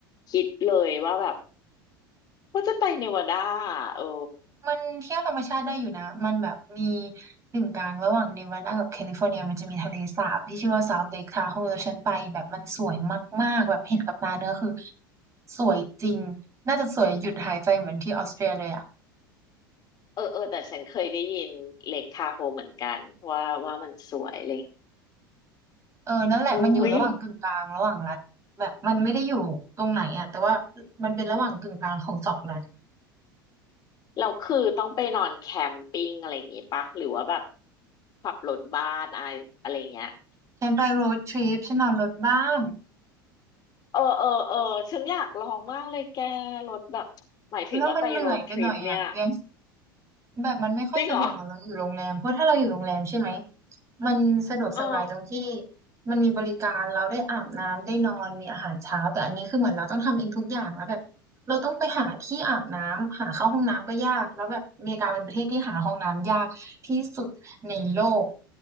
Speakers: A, on the left; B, on the right.
A: คิดเลยว่าแบบว่าจะไปเนวาดาอะเออ
B: มันเที่ยวธรรมชาติได้อยู่นะ มันแบบมีกึ่งกลางระหว่างเนวาดากับแคลิฟอร์เนียมันจะมีทะเลสาบที่ชื่อว่า South Lake Tahoe แล้วฉันไปแบบมันสวยมากๆแบบเห็นกับตาเนื้อคือสวยจริง น่าจะสวยหยุดหายใจเหมือนที่ออสเตรียเลยอ่ะ
A: เออเออแต่ฉันเคยได้ยินเล็กทาโฮเหมือนกันว่าว่ามันสวยอะไรอย่างเลย
B: เออ นั่นแหละมันอยู่ระหว่างกึ่งกลางระหว่างรัฐแบบมันไม่ได้อยู่ตรงไหนอ่ะแต่ว่า
A: โอ้ย
B: มันเป็นระหว่างกึ่งกลางของสองรัฐ
A: เราคือต้องไปนอนแคมปิ้งอะไรอย่างงี้ปะหรือว่าแบบขับรถบ้านอะไรอะไรเงี้ย
B: ฉันไปโรดทริปฉันนอนรถบ้าน
A: เออเออเออฉันอยากลองมากเลยแกรถแบบหมายถึงว่าไปโรดทริปเนี่ย
B: ฉันว่ามันเหนื่อยไปหน่อยอ่ะยังแบบมันไม่ค่อยสะดวกเหมือนเราอยู่โรงแรมเพราะถ้าเราอยู่โรงแรมใช่ไหม
A: จริงเหรอ
B: มันสะดวกสบายตรงที่
A: อ๋อ
B: มันมีบริการเราได้อาบน้ำได้นอนมีอาหารเช้าแต่อันนี้คือเหมือนเราต้องทำเองทุกอย่างแล้วแบบเราต้องไปหาที่อาบน้ำหาเข้าห้องน้ำก็ยาก แล้วแบบอเมริกาเป็นประเทศที่หาห้องน้ำยากที่สุดในโลก